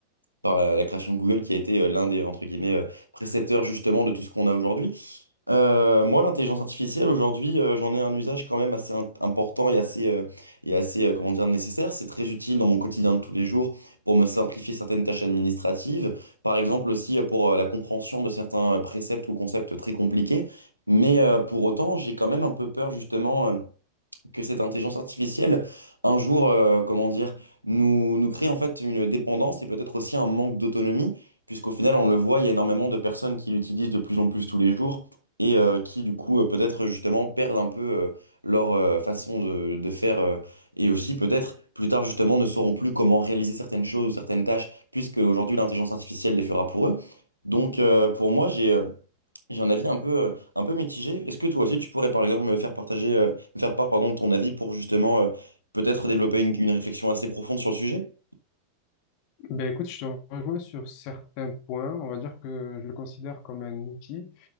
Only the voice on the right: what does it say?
par la, la création de Google qui a été euh, l'un des entre guillemets euh, précepteurs justement de tout ce qu'on a aujourd'hui. Euh, moi, l'intelligence artificielle, aujourd'hui, euh, j'en ai un usage quand même assez int- important et assez, euh, et assez euh, comment dire, nécessaire. C'est très utile dans mon quotidien de tous les jours pour me simplifier certaines tâches administratives, par exemple aussi euh, pour euh, la compréhension de certains euh, préceptes ou concepts très compliqués. Mais euh, pour autant, j'ai quand même un peu peur justement euh, que cette intelligence artificielle, un jour, euh, comment dire, nous, nous crée en fait une dépendance et peut-être aussi un manque d'autonomie, puisqu'au final, on le voit, il y a énormément de personnes qui l'utilisent de plus en plus tous les jours et euh, qui, du coup, euh, peut-être justement perdent un peu euh, leur euh, façon de, de faire euh, et aussi peut-être plus tard, justement, ne sauront plus comment réaliser certaines choses ou certaines tâches, puisque aujourd'hui, l'intelligence artificielle les fera pour eux. Donc, euh, pour moi, j'ai... euh, j'ai un avis un peu, euh, un peu mitigé. Est-ce que toi aussi, tu pourrais, par exemple, me faire partager, euh, me faire part, pardon, de ton avis pour justement, euh, peut-être développer une, une réflexion assez profonde sur le sujet?